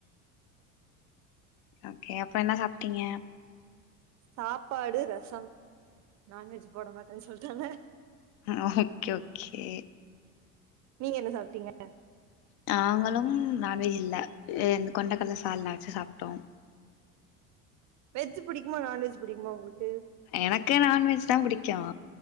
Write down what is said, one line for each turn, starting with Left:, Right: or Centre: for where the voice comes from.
Left: ஓகே அப்ப என்ன சாப்ட்டீங்க
Right: சாப்பாடு ரசம் நான்வெஜ் போட மாட்டேன் சொல்ட்டாங்க
Left: ம் ஓகே ஓகே
Right: நீங்க என்ன சாப்ட்டீங்க
Left: நாங்களும் நான்வெஜ் இல்ல அ இந்த கொண்டைக் கடல சால்னா வச்சு சாப்ட்டோ
Right: வெஜ் புடிக்குமா நான்வெஜ் புடிக்குமா உங்களுக்கு
Left: எனக்கு நான்வெஜ் தா புடிக்கு